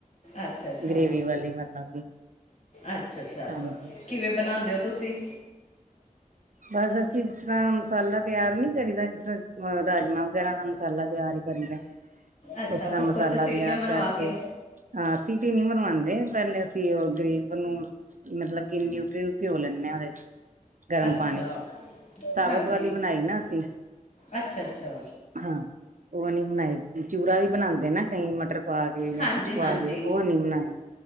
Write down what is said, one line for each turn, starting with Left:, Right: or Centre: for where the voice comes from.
Left: ਅੱਛਾ-ਅੱਛਾ,
Right: ਗ੍ਰੇਵੀ ਵਾਲੀ ਮਤਲਬ ਕਿ
Left: ਅੱਛਾ-ਅੱਛਾ,
Right: ਹਾਂਜੀ
Left: ਕਿਵੇਂ ਬਣਾਉਦੇ ਹੋ? ਤੁਸੀਂ।
Right: ਬਸ ਅਸੀਂ ਜਿਸ ਤਰ੍ਹਾਂ ਮਸਾਲਾ ਤਿਆਰ ਨਹੀਂ ਕਰੀਦਾ ਜਿਸ ਤਰ ਅ ਰਾਜਮਾਂ ਵਗੈਰਾ ਦਾ ਮਸਾਲਾ ਤਿਆਰ। ਕਰ
Left: ਅੱਛਾ
Right: ਉਸ ਤਰ੍ਹਾਂ
Left: ਕੁੱਕਰ
Right: ਮਸਾਲਾ
Left: 'ਚ ਸੀਟੀਆਂ
Right: ਤਿਆਰ
Left: ਮਰਵਾ
Right: ਕਰਕੇ
Left: ਕੇ
Right: ਹਾਂਸੀ। ਸੀਟੀ ਨਹੀਂ ਮਰਵਾਉਂਦੇ ਪਹਿਲੇ ਅਸੀਂ ਉਹ ਗਰੀਬ ਨੂੰ ਮਤਲਬ ਕਿ ਨਿਊਟਰੀ ਪਿਓ ਲੈਂਦੇ ਹਾਂ ਵਿਚ ਗਰਮ। ਪਾਣੀ
Left: ਅੱਛਾ,
Right: ਚ ਸਾਬਤ
Left: ਹਾਂਜੀ,
Right: ਵਾਲੀ ਬਣਾਈ ਨਾ ਅਸੀਂ
Left: ਅੱਛਾ-ਅੱਛਾ।
Right: ਹਾਂ ਉਹ ਨੀ ਬਣਾਈ ਚੂਰਾ ਵੀ ਬਣਾਉਂਦੇ ਨਾ ਕਈ ਮਟਰ ਪਾ ਕੇ ਜਾਂ
Left: ਹਾਂਜੀ
Right: ਕੁਛ ਪਾ
Left: ਹਾਂਜੀ
Right: ਕੇ ਉਹ ਨੀ ਬਣਾਇਆ